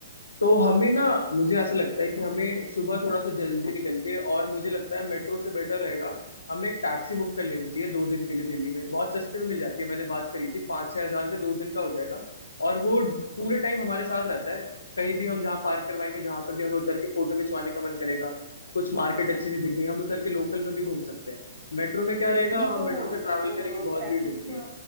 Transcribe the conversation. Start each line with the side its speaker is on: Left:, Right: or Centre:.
Left: तो हमें ना मुझे ऐसा लगता है कि हमें सुबह थोड़ा सा जल्दी निकल के और मुझे लगता है मेट्रो से बेटर रहेगा हमें एक टैक्सी बुक कर लेनी चाहिए दो दिन के लिए दिल्ली में बहुत सस्ते में मिल जाती है मैंने बात करी थी पाँच छह हजार में दो दिन का हो जाएगा और वो पूरे टाइम हमारे साथ रहता है कहीं भी हम जहाँ पार्क करवाएंगे जहाँ पे भी हमें उतर के फोटो खिंचवाने का मन करेगा कुछ मार्केट अच्छी सी दिख गई हम उतर के लोकल में भी घूम सकते हैं मेट्रो में क्या रहेगा
Right: नहीं
Left: हम
Right: तो
Left: मेट्रो से ट्रैवल करेंगे बहुत
Right: ट्रैफिक
Left: भीड़ मिलती